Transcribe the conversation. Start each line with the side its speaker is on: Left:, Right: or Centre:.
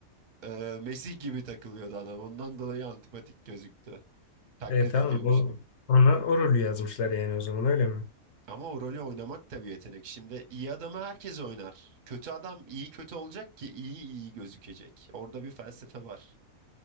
Right: Ee, Mesih gibi takılıyordu adam. Ondan dolayı antipatik gözüktü. Taklit
Left: E tamam.
Right: ediyormuş
Left: O,
Right: gibi.
Left: ona o rolü yazmışlar yani o zaman öyle mi?
Right: Ama o rolü oynamak da bir yetenek. Şimdi iyi adamı herkes oynar. Kötü adam iyi kötü olacak ki iyi iyi gözükecek. Orada bir felsefe var.